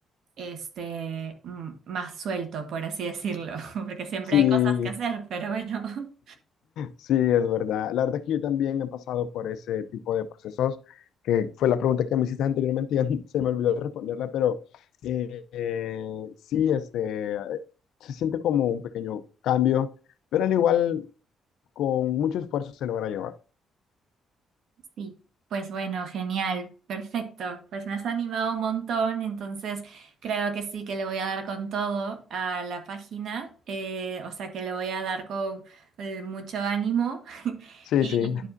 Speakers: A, on the right (about 70°); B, on the left (about 80°).
A: este, mm, más suelto, por así decirlo, <laughs> porque siempre
B: sí,
A: hay cosas que hacer, pero bueno, <laughs>
B: sí, es verdad. La verdad que yo también he pasado por ese tipo de procesos, que fue la pregunta que me hiciste anteriormente y ya <laughs> se me olvidó responderla, pero eh, eh, sí, este, se siente como un pequeño cambio, pero al igual con mucho esfuerzo se logra llevar.
A: sí. Pues bueno, genial, perfecto. Pues me has animado un montón, entonces creo que sí que le voy a dar con todo a la página, eh, o sea que le voy a dar con eh, mucho ánimo
B: Sí,
A: Y,
B: sí.